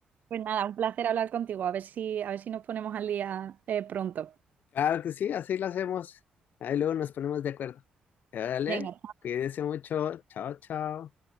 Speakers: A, on the right; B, on the left.
A: pues nada, un placer hablar contigo. A ver si, a ver si nos ponemos al día eh, pronto.
B: Claro que sí, así lo hacemos. Ahí luego nos ponemos de acuerdo. Dale,
A: Venga,
B: cuídense mucho. Chao, chao.